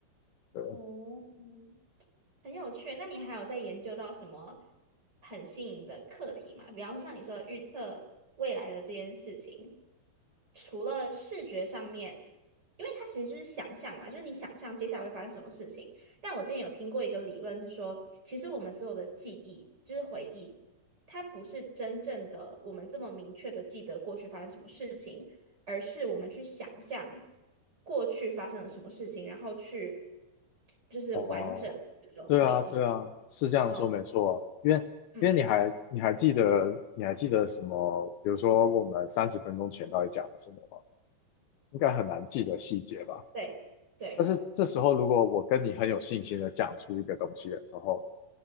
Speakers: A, on the left; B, on the right.
A: 对，
B: 哦，嗯很有趣。那你还有在研究到什么很新颖的课题吗？比方说像你说的预测未来的这件事情，除了视觉上面，因为它其实就是想象嘛，就是你想象接下来会发生什么事情。但我之前有听过一个理论是说，其实我们所有的记忆就是回忆，它不是真正的我们这么明确的记得过去发生什么事情。而是我们去想象过去发生了什么事情，然后去就是完整这个回忆。
A: 哦、对啊，对啊，是这样说没错。
B: 嗯
A: 因为因为你还你还记得你还记得什么？
B: 嗯，
A: 比如说我们三十分钟前到底讲了什么吗？应该很难记得细节吧。
B: 对对，
A: 但是这时候如果我跟你很有信心的讲出一个东西的时候，